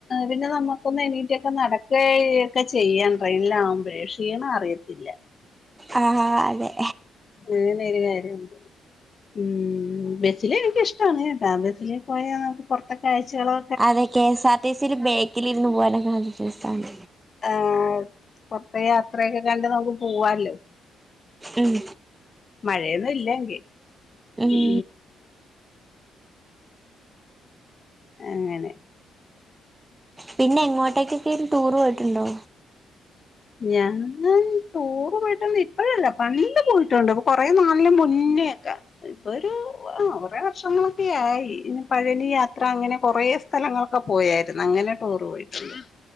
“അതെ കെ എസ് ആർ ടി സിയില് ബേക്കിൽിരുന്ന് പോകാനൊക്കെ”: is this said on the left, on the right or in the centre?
Right